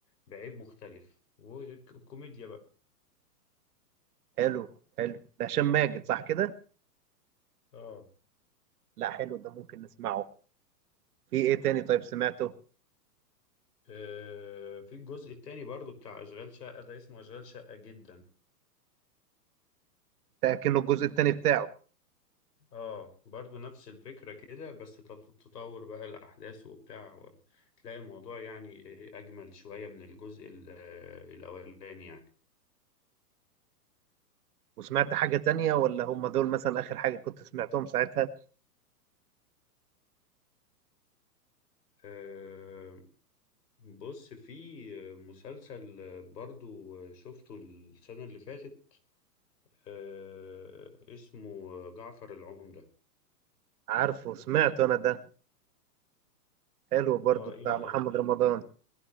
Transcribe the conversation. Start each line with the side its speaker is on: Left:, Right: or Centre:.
Left: بعيب مختلف وكوميديا بقى
Right: حلو حلو ده هشام ماجد صح كده
Left: اه
Right: لا حلو ده ممكن نسمعه في ايه تاني طيب سمعته
Left: آه، في الجزء التاني برضو بتاع أشغال شقة ده اسمه أشغال شقة جدا
Right: ده كأنه الجزء التاني بتاعه
Left: اه برضو نفس الفكرة كده بس تط- تطور بقى الأحداث وبتاع و- تلاقي الموضوع يعني إيه أجمل شوية من الجزء ال- آه، الأولاني يعني
Right: وسمعت حاجة تانية ولا هم دول مثلا آخر حاجة كنت سمعتهم ساعتها
Left: آه، بص في مسلسل برضو شفته السنة اللي فاتت آه، اسمه جعفر العمدة
Right: عارفه سمعت أنا ده حلو برضو
Left: اه ايه
Right: بتاع
Left: رأيك
Right: محمد رمضان